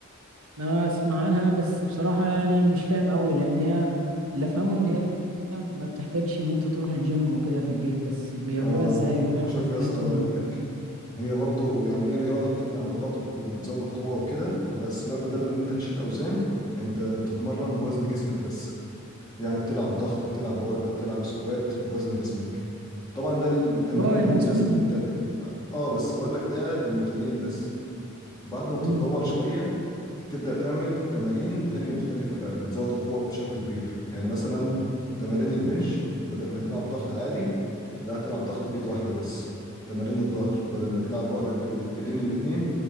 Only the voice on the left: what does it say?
اه
شوف
يا اسطى اقول لك هي برضو يعني ايه رياضه بتبني عضلات وك- وبتزود القوه وكده بس بقى بدل ان انت تشيل اوزان انت بتتمرن بوزن جسمك بس يعني بتلعب ضغط بتلعب عقله بتلعب سكوات بوزن جسمك طبعا ده التمارين
للناس
المبتدئه اه آه، بس بقول لك ده للمبتدئين بس بعد ما بتتطور
شويه تبدأ تعمل تمارين تانية مختلفة بقى بتزود القوة بشكل كبير يعني مثلا تمارين البنش بدل ما تلعب ضغط عادي لا هتلعب ضغط بإيد واحدة بس تمارين الظهر بدل ما تلعب عقلة بالإيدين الاتنين